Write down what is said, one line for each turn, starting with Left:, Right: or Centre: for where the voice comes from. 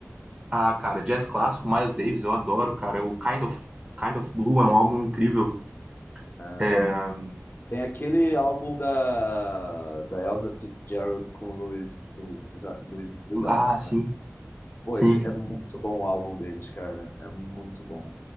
Right: Ah, cara, jazz clássico, Miles Davis, eu adoro, cara. O Kind of, Kind of Blue é um álbum incrível.
Left: É.
Right: É,
Left: Tem aquele álbum da, da Elsa Fitzgerald com o Louis, Louis, Ar- Louis Louis Armstrong,
Right: ah, sim,
Left: né? Pô,
Right: sim,
Left: esse
Right: sim.
Left: é muito bom o álbum deles, cara. É muito bom.